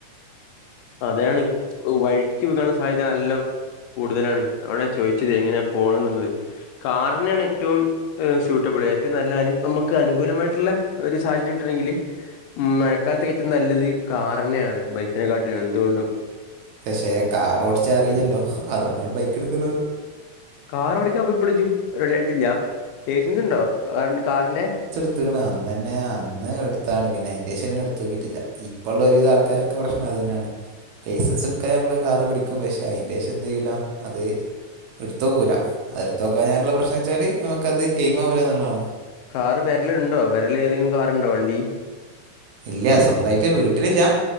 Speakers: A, on the left; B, on the right.
A: അതാണ് <unintelligible> വഴി <unintelligible> സാധ്യത എല്ലാം കൂടുതലാണ് അതോണ്ട ഞാൻ ചോദിച്ചത് എങ്ങനെയാ പോണ് എന്നുള്ളത് കാറന്നേണ് ഏറ്റവും ഏഹ് സ്യൂട്ടബിള് ഏറ്റവും നല്ല അനു ഇപ്പം നമ്മക്ക് അനുകൂലമായിട്ടുള്ള ഒരു സാഹചര്യം ഉണ്ടുന്നെങ്കില് മഴക്കാലത്ത് ഏറ്റവും നല്ലത് കാറന്നേണ് ബൈക്കിനെ കാട്ടിലും എന്ത്കൊണ്ടും
B: പക്ഷെ കാർ ഓടിച്ചാൻ അറിയില്ലല്ലോ അതുകൊണ്ടാണ് ബൈക്ക് എടുക്കുന്നത്
A: കാർ ഓടിക്കാന് ഇപ്പളും ഇജ്ജ് റെഡിയായിട്ടില്ല ലൈസൻസ് ഇണ്ടോ <unintelligible> കാറിന്റെ
B: എടുത്ത്ക്ക്ണ് അന്നന്നെ അന്ന് എടുത്താണ് പിന്നെ അയിന്റേഷം പിന്നെ എടുത്ത് നോക്കിയിട്ടില്ല ഇപ്പ ഉള്ള ഒരുവിധ ആൾക്കാരൊ ൻക്ക് പ്രശ്നം അത് തന്നെയാണ് ലൈസൻസ് എട്ക്കാൻ നമ്മള് കാറ് പഠിക്കും പക്ഷെ അയിന്റെ ശേഷം എന്ത് ചെയ്യൂല അത് ഇടുത്തോക്കൂല അത് ഇടുത്ത് നോക്കാഞ്ഞാലുള്ള പ്രശ്നം വെച്ചാല് നമുക്ക് അത് എയിമാവുല്ല എന്നുള്ളതാണ്
A: കാറ് പെരലുണ്ടോ വെരല് ഏതെങ്കിലും കാറുണ്ടോ വണ്ടി
B: ഇല്ല സ്വന്തായിട്ട് വീട്ടിലില്ല